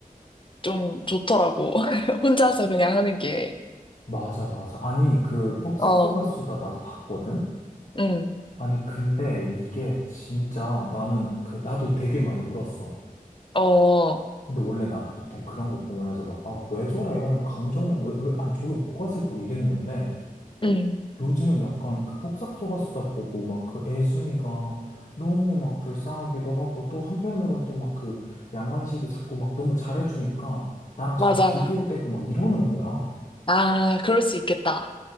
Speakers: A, on the left; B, on the left.
A: 좀 좋더라고. <laughs> 혼자서 그냥 하는 게.
B: 맞아, 맞아. 아니, 그, 폭삭소가수다
A: 어,
B: 나도 봤거든?
A: 응,
B: 아니, 근데 이게 진짜 나는 그, 나도 되게 많이 울었어.
A: 어,
B: 근데 원래 난 보통 그런 거 보면서 막, 아, 왜 저래? 감정, 왜, 왜, 아, 저게 뭐가 슬퍼? 이랬는데,
A: 응,
B: 요즘은 약간 그 폭삭소가수다 보고, 막 그 애순이가 너무 막 불쌍하기도 하고, 또 한편으론 또 막 그 양관식이 자꾸 막 너무 잘해주니까, 나랑 자꾸
A: 맞아.
B: 비교되고 막 이러는 거야.
A: 아, 그럴 수 있겠다.